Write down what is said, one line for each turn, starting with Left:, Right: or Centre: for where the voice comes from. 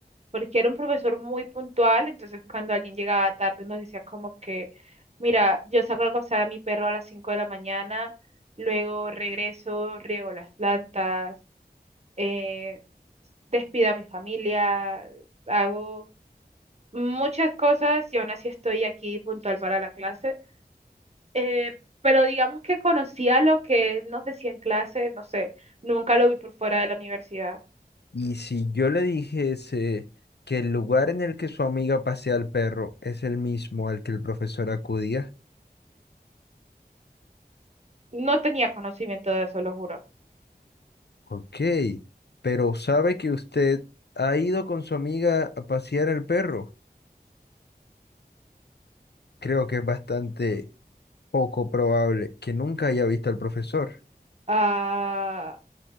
Right: porque era un profesor muy puntual, entonces cuando alguien llegaba tarde nos decía como que, mira, yo saco a cazar a mi perro a las 5 de la mañana, luego regreso, riego las plantas, eh, despido a mi familia, hago muchas cosas y aún así estoy aquí puntual para la clase eh, pero digamos que conocía lo que nos decía en clase, no sé, nunca lo vi por fuera de la universidad.
Left: Y si yo le dijese que el lugar en el que su amiga pasea al perro es el mismo al que el profesor acudía,
Right: No tenía conocimiento de eso, lo juro.
Left: ok, pero ¿sabe que usted ha ido con su amiga a pasear al perro? Creo que es bastante Poco probable que nunca haya visto al profesor.
Right: Ah,